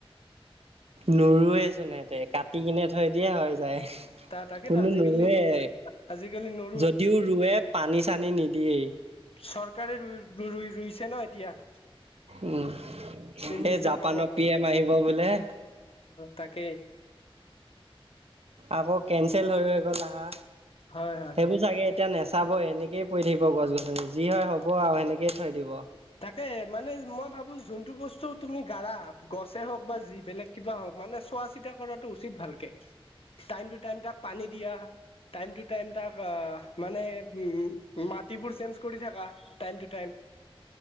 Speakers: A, on the right; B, on the left.
A: নৰুৱে তেনেকে কাটি কিনে থৈ দিয়ে হয় যায়।
B: ত তাকেতো
A: কোনো
B: আজিকালি
A: নুৰুৱেই।
B: আজিকালি নো
A: যদিও ৰোৱে, পানী-চানী নিদিয়েই।
B: চৰকাৰে ৰই ৰুইছে ন এতিয়া।
A: উম,
B: নিজৰ
A: এই জাপানৰ
B: কামৰ
A: পি এম আহিব বোলে।
B: তাকে।
A: আকৌ কেনচেল হৈ হৈ গ'ল আহা,
B: হয় হয়
A: সেইবোৰ
B: হয়
A: চাগে এতিয়া নেচ চাব পৰি থাকিব গছ যি হয় হ'ব আৰু সেনেকয়ে থৈ দিব।
B: তাকে মানে মই যোনটো বস্তু তুমি গাৰা গছে হওঁক বা যিবেলেগ কিবা হওক মানে চোৱা-চিতা, কৰাটো উচিত ভালকে। টাইম টু টাইম তাক পানী দিয়া, টাইম টু টাইম তাক মানে উম, মাটিবোৰ চেঞ্জ কৰি থাকা টাইম টু টাইম।